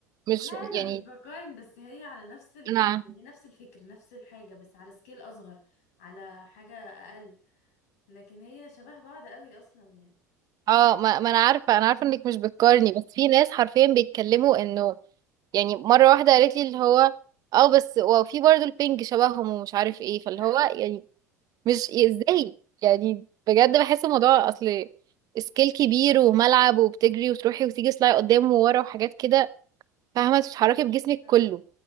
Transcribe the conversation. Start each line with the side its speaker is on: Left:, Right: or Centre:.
Right: مش
Left: لا أنا
Right: يعني
Left: مش بقارن بس هي على نفس ال...
Right: انا
Left: يعني نفس الفكر نفس الحاجة بس على سكيل أصغر على حاجة أقل لكن هي شبه بعض قوي أصلا يعني
Right: اه ما, ما انا عارفة انا عارفة انك مش بتقارني بس في ناس حرفيا بيتكلموا انه يعني مرة واحدة قالت لي اللي هو اه بس وفي برضه البنج شبههم ومش عارف ايه
Left: <laughs>
Right: فاللي
Left: اه
Right: هو يعني مش ازاي يعني بجد بحس الموضوع اصل سكيل كبير وملعب وبتجري وتروحي وتيجي سلاي قدام وورا وحاجات كده فاهمة بتتحركي بجسمك
Left: اه
Right: كله